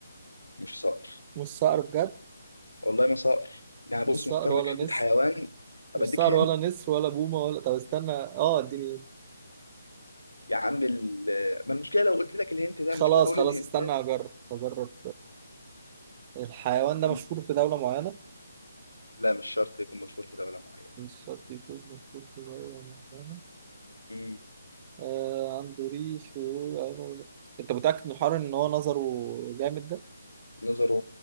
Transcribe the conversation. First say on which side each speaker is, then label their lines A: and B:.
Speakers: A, on the left; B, on the right.
A: مش صقر
B: مش صقر بجد
A: والله ما صقر لا بص
B: مش صقر
A: مختار
B: ولا
A: لك حته
B: نسر
A: حيوان طب
B: مش
A: اديك
B: صار
A: هنت
B: ولا نسر ولا بومة ولا طب استنى اه اديني
A: يا عم ال... ما المشكله لو قلت لك الهنت ده
B: خلاص
A: مشكله بقول
B: خلاص
A: الهنتات
B: استنى اجرب اجرب الحيوان ده
A: مم.
B: مشهور في دولة معينة
A: لا مش شرط يكون مشهور في دوله معينه
B: مش شرط يكون مشهور في دولة معينة
A: مم.
B: آه عنده ريش ويقول أنا- انت متأكد من الحوار ان هو نظره جامد ده
A: نظره